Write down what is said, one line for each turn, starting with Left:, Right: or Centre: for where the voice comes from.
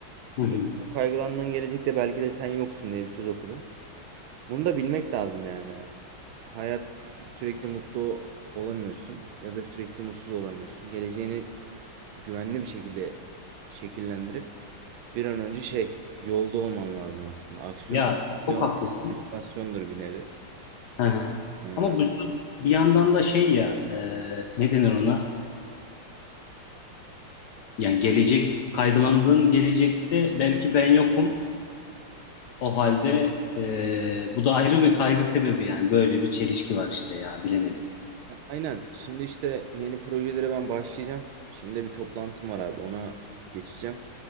Left: Hı hı.
Right: Ee, o kaygılandığın gelecekte belki de sen yoksun diye bir söz okudum. Bunu da bilmek lazım yani. Hayat sürekli mutlu olamıyorsun ya da sürekli mutsuz olamıyorsun. Geleceğini güvenli bir şekilde şekillendirip bir an önce şey yolda olman lazım aslında. Aksiyon,
Left: Ya
Right: vizyon,
Left: çok haklısın.
Right: motivasyondur bir nevi.
Left: Hı hı.
Right: Ee,
Left: Ama bu bir yandan da şey ya e, ne denir ona? Yani gelecek kaygılandığım gelecekte belki ben yokum. O halde e, bu da ayrı bir kaygı sebebi yani böyle bir çelişki var işte ya bilemedim.
Right: aynen. Şimdi işte yeni projelere ben başlayacağım. Şimdi bir toplantım var abi. Ona geçeceğim.